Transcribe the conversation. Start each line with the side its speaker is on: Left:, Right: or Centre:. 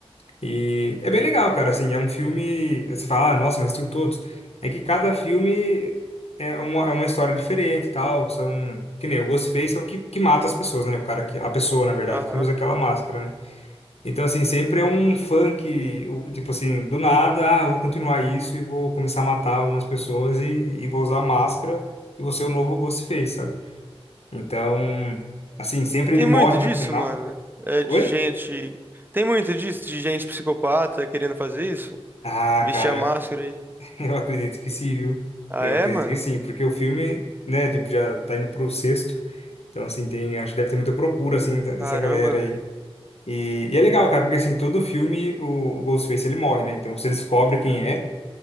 Left: E é bem legal, cara, assim, é um filme, você fala, ah, nossa, mas assistiu todos. É que cada filme é uma, é uma história diferente e tal, são, que nem o Ghostface é o que, que mata as pessoas, né? O cara que, a pessoa, na verdade,
Right: aham.
Left: que usa aquela máscara, né? Então, assim, sempre é um funk, o- tipo assim, do nada, ah, eu vou continuar isso e vou começar a matar algumas pessoas e, e vou usar máscara e vou ser o novo Ghostface, sabe? Então, assim, sempre
Right: Tem
Left: ele morre
Right: muito disso,
Left: no final.
Right: mano. É
Left: Oi?
Right: de gente. Tem muito disso, de gente psicopata querendo fazer isso?
Left: Ah,
Right: Vestir
Left: cara.
Right: a máscara aí.
Left: Eu acredito que sim, viu?
Right: Ah,
Left: Eu
Right: é,
Left: acredito
Right: mano?
Left: que sim, porque o filme, né, tipo, já tá indo pro sexto. Então, assim, tem, acho que deve ter muita procura, assim, da- dessa
Right: Caramba,
Left: galera aí.
Right: velho.
Left: E, e é legal, cara, porque, assim, todo filme o, o Ghostface, ele morre, né? Então, você descobre quem é.